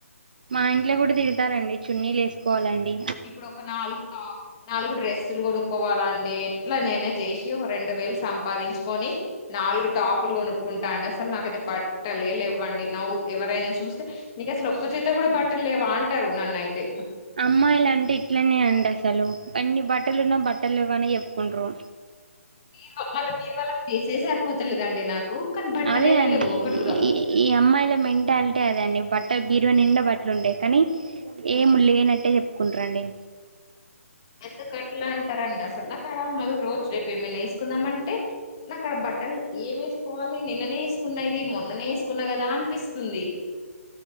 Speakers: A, on the right; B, on the left.
A: మా ఇంట్లో గూడ దిడుతారండి చున్నీలేస్కోవాలండి
B: ఇప్పుడు ఒక నాల్గు టా నాలుగు డ్రెస్సులు గొను కోవాలండి ఎట్ల నేనే జేసి ఒగ రెండు వేల్ సంపాదించ్కొని నాలుగు టాపులు గొనుక్కుంటా అండి అస్సల్ నాకైతే బట్టలే లేవ్వండి నవ్వు ఎవరైనా చూస్తే నీకసలు ఒక్క జత గుడ బట్టల్లేవా అంటారు నన్నైతే
A: అమ్మాయిలంటే ఇట్లనే అండి అస్సలు ఎన్ని బట్టలున్నా బట్టల్లెవ్వు అనే ఎప్కుంట్రు
B: బీర్వా మళ్ళ బీర్వాళ్ళొ ప్లేసే జరిపోతలేదండి నాకు కానీ బట్టలు
A: అదే
B: అయితే
A: అండి
B: లేవు ఒక్కటి కూడా
A: ఈ ఈ అమ్మాయిల మెంటాల్టే అదండి బట్టల్ బీర్వా నిండా బట్లుంటాయ్ కనీ ఏమ్ము లేనట్టే జెప్పుకుంట్రండి
B: ఎందుకట్ల అంటారండి అసల్ నాక్కాడ మళ్ళ రోజ్ రేపెమన్న ఏస్కుందామంటే నాకాడ బట్టల్ ఏమేస్కోవాలి నిన్ననే ఏస్కున్న ఇది మొన్ననే ఏస్కున్న గదా అన్పిస్తుంది